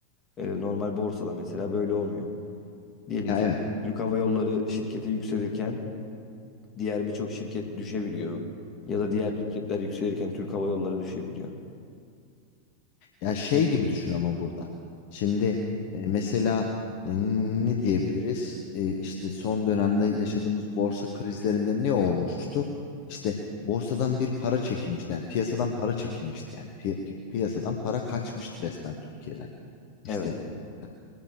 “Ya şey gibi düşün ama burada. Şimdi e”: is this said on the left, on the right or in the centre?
Left